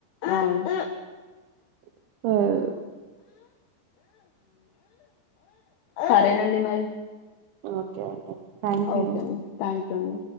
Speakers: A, on the left; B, on the right.
A: అవును
B: <unintelligible>
A: సరేనండి మరి
B: ఓకే అండి థ్యాంక్
A: ఓకే
B: యూ.
A: అండి థ్యాంక్ యూ అండి